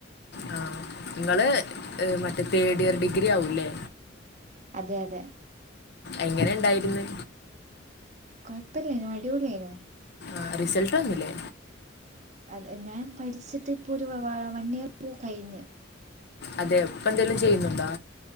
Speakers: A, on the left (about 60°); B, on the right (about 40°).
A: ആ നിങ്ങള് മറ്റേ തേഡ് ഇയർ ഡിഗ്രി ആവൂല്ലേ
B: അതെ അതെ
A: എങ്ങനെ ഉണ്ടായിരുന്നു
B: കൊഴപ്പില്ല അടിപൊളിയായിരുന്നു
A: ആ റിസൾട്ട് വന്നില്ലേ
B: അ ഞാൻ പഠിച്ചിട്ട് ഇപ്പൊ ഒരു വൺ ഇയർ ഇപ്പോ കഴിഞ്ഞ്
A: അതെ ഇപ്പ എന്തെങ്കിലും ചെയ്യുന്നുണ്ടോ